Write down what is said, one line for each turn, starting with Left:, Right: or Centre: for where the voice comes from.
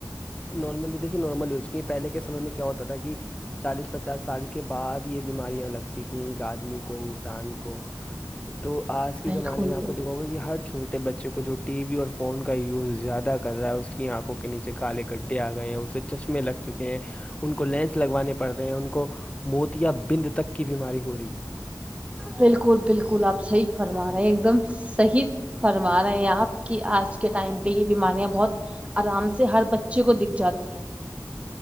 Left: نارملی دیکھیے نارمل یوج کی پہلے کے سمے میں کیا ہوتا تھا کہ چالیس پچاس سال کے بعد یہ بیماریاں لگتی تھیں ایک آدمی کو انسان کو- تو آج کے
Right: بالکل
Left: زمانے
Right: بالکل
Left: میں آپ کو دکھاؤ گا کہ ہر چھوٹے بچے کو جو- ٹی وی اور فون کا یوز زیادہ کر رہا ہے اس کی آنکھوں کے نیچے کالے گڈھے آ گئے ہیں اسے- چشمے لگ چکے ہیں ان کو لینس لگوانے پڑ رہے ہیں ان کو- کو موت یا بند تک کی بیماری ہو رہی ہے-
Right: بالکل بالکل آپ صحیح فرما رہے ہیں ایک دم- صحی فرما رہے ہیں آپ کی آج کے ٹائم پہ یہ بیماریاں بہت- آرام سے ہر بچے کو دکھ جاتی ہیں-